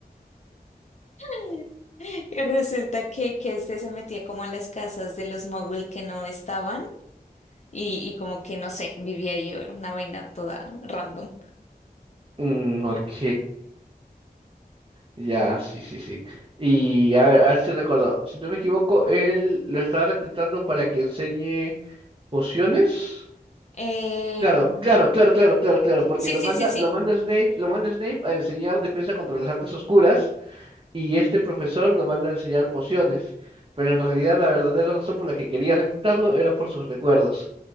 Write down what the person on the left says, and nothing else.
<laughs> Y resulta que, que este se metía como a las casas de los mogul que no estaban y, y como que no sé, vivía ahí una vaina toda random.
Em,
sí,
sí,
sí, sí.